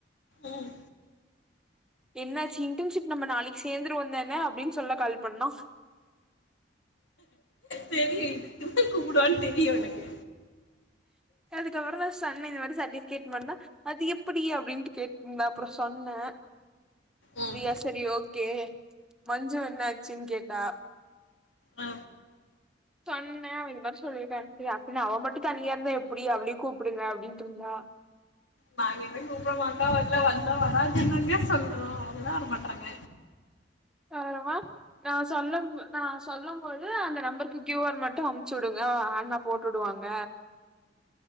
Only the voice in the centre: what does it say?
என்னாசி இன்டன்ஷிப் நம்ம நாளைக்கு சேந்துருவதான அப்பிடின் சொல்ல கால் பண்ணோ
க்கப்புறோதா சொன்னே இந்த மாரி சட்டிஃபிகேட் பண்ணா அது எப்பிடி அப்பிடின்ட்டு கேட்டுந்தா அப்புறோ சொன்ன
ப்பிடியா சரி ஓ கே மஞ்சு என்ன ஆச்சின் கேட்டா
சொன்னே அவ இது மாரி சொல்லிருக்கான்ட்டு அப்பிடின் அவ மட்டு தனியா இருந்தா எப்பிடி அவளியு கூப்பிடுங்க அப்பிடின்ட்டு இருந்தா
<unintelligible> நா சொல்ல நா சொல்லும்போது அந்த நம்பருக்கு கியுஆர் மட்டு அமுச்சிவுடுங்க அண்ணா போட்டுடுவாங்க